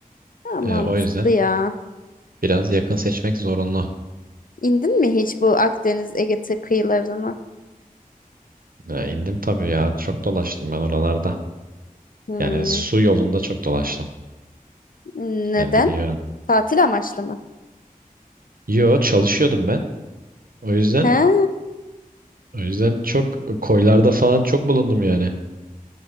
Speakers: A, on the left; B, on the right.
A: Ha,
B: E,
A: mantıklı
B: o yüzden.
A: ya.
B: Biraz yakın seçmek zorunlu.
A: İndin mi hiç bu Akdeniz Ege kıyılarına?
B: E, indim tabii ya. Çok dolaştım ben oralarda.
A: Hmm.
B: Yani su yolunda çok dolaştım.
A: Neden?
B: Yani biliyorum.
A: Tatil amaçlı mı?
B: Yo çalışıyordum ben. O yüzden
A: Ha,
B: o yüzden çok koylarda falan çok bulundum yani.